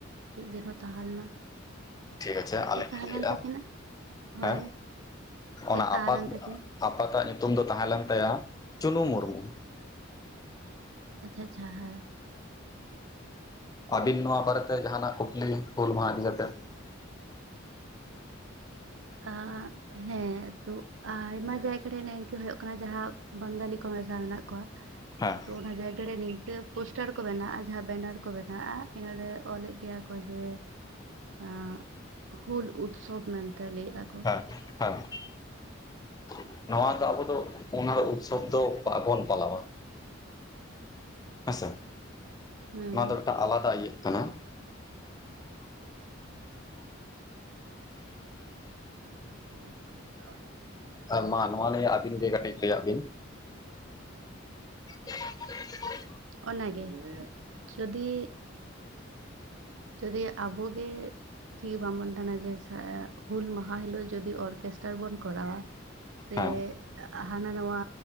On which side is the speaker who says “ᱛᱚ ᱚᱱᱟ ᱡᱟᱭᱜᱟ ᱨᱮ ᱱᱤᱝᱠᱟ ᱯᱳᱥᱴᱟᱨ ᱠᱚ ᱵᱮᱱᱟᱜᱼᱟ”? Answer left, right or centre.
Right